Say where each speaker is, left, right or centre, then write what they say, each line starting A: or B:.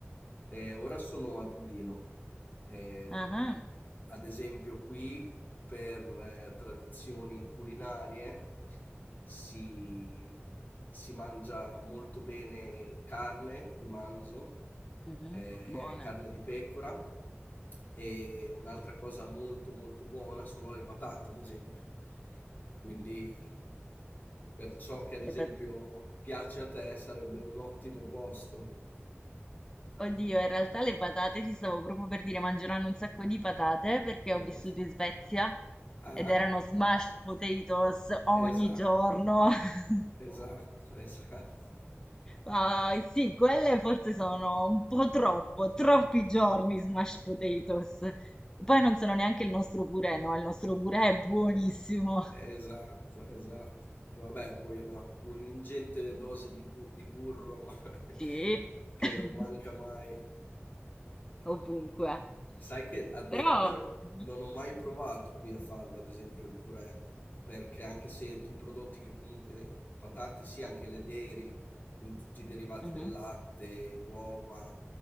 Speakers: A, on the left; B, on the left.
A: Eh, ora sono a Dublino. Ehm,
B: Ah-ah,
A: ad esempio, qui per eh, tradizioni culinarie si, si mangia molto bene carne di manzo,
B: mh-mh,
A: eh,
B: buona.
A: carne di pecora e un'altra cosa molto molto buona sono le patate, ad esempio. Quindi per ciò che ad esempio
B: Le pa
A: piace a te sarebbe un ottimo posto.
B: oddio, in realtà le patate ti stavo proprio per dire, mangeranno un sacco di patate perché
A: <laughs>
B: ho vissuto in Svezia
A: Ah?
B: ed erano smashed potatoes ogni
A: Esatto,
B: giorno. <laughs>
A: esatto, <laughs> esatto.
B: Ma sì, quelle forse sono un po' troppo, troppi giorni smashed potatoes. Poi non sono neanche il nostro purè, no, il nostro purè è buonissimo.
A: Esatto, esatto. Vabbè, poi una, un'ingente dose di, bu- di burro <laughs>
B: Sì.
A: che
B: <laughs>
A: non manca mai.
B: ovunque.
A: Sai che a dire
B: Però,
A: il vero
B: Mhm,
A: non ho mai provato qui a farlo, ad esempio il purè, perché anche se i prodotti che comunque, patate sì, anche le dairy, quindi tutti i derivati
B: mhm,
A: del latte, uova,